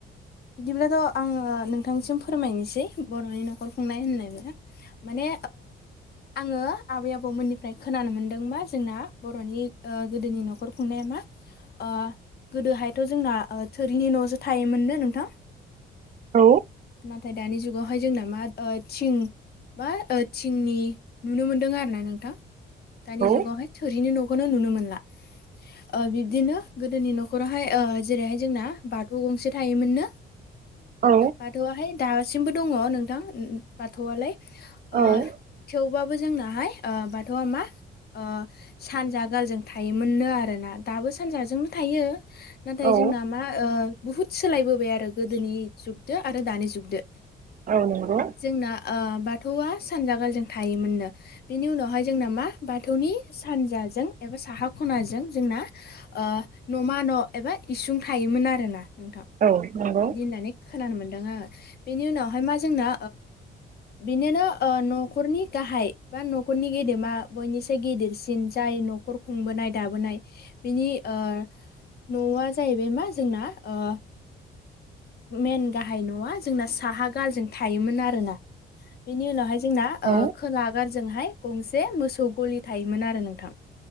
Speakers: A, on the left; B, on the right.
A: बिदिब्लाथ' आङो नोंथांनिसिम फोरमायनोसै बर'नि न'खर खुंनाय होननाय <unintelligible> माने <unintelligible> माने आङो आबै आबौमोननिफ्राय खोनानो मोनदोंबा जोंना बर'नि ओ गोदोनि न'खर खुंनाया मा ओ गोदोहायथ' जोंना थोरिनि न'सो थायोमोननो नोंथां?
B: औ
A: नाथाय दानि जुगाव हाय जोंना मा थिं मा थिंनि नुनो मोनदों आरो ना नोंथां दानि
B: औ
A: जुगावहाय थोरिनि न'खौनो नुनो मोनला ओ बिब्दिनो गोदोनि न'खरावहाय ओ जेरैहाय जोंना बाथौ गंसे थायोमोननो
B: औ
A: बाथौआहाय दासिमबो दङ नोंथां बाथौआलाय ओ
B: औ
A: थेवबाबो जोंनाहाय बाथौआ मा ओ सानजा गालजों थायोमोननो आरोना दाबो सानजाजों थायो नाथाय नाथाय
B: औ
A: जोंना मा ओ बुहुद सोलायबोबाय आरो गोदोनि जुगदो आरो दानि जुगदो
B: औ नंगौ
A: जोंना ओ बा थौवा सानजा गालजों थायोमोननो बेनि उनावहाय जोंना मा बाथौनि सानजाजों एबा साहा खनाजों जोंना ओ न'मा न' एबा इसुं थायोमोन आरोना नोंथां
B: औ नंगौ
A: बिदि होननानै खोनानो मोन्दों बेनि उनावहाय मा जोंना बिनिनो न'खरनि गाहाय बा न'खरनि गेदेमा बयनिसाय गिदेरसिन जाय न'खर खुंबोनाय दाबोनाय बिनि ओ न'आ जाहैबाय मा जोंना ओ मेन गाहाइ नङा जोंना साहा गालजों थायोमोन आरोना बेनि उनावहाय जोंना
B: औ
A: ओ खोलागारजोंहाय गंसे मोसौ गलि थायोमोन आरो नोंथां।